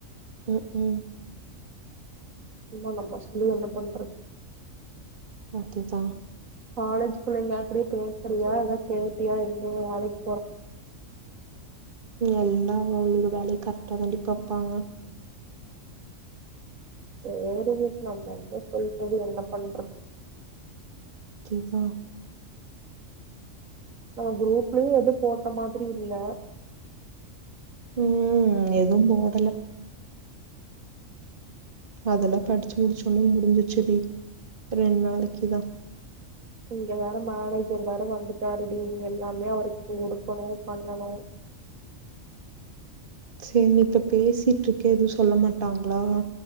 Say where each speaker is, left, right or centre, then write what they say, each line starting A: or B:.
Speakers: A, on the right; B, on the right.
A: உம் உம்
B: சும்மா நம்ம சொல்லி என்ன பண்றது
A: ஓகேக்கா
B: காலேஜ் பிள்ளைங்க யார் கூடயு பேசுறீயா எதான் கேட்டியா எங்க வேலைக்
A: எல்லா அவாளுது வேலைய கரெக்டா தாண்டி பாப்பாங்க
B: சேரி விட் நம்ம எங்க சொல்றது என்ன பண்ற
A: கேக்தா
B: நம்ம குரூப்லயு எது போட்ட மாதிரி இல்ல
A: உம் எதுவும் போடல அதெல்லா படிச்சு முடிச்சோனே முடிஞ்சுச்டி ரெண்டு நாளைக்குதா
B: இங்க வேற மேனேஜர் வேற வந்துட்டாருடி எல்லாமே அவருக்கு கொடுக்கணும் பண்ணணும்
A: சேரி நீ இப்ப பேசிட்ருகியே எதுவும் சொல்ல மாட்டாங்களா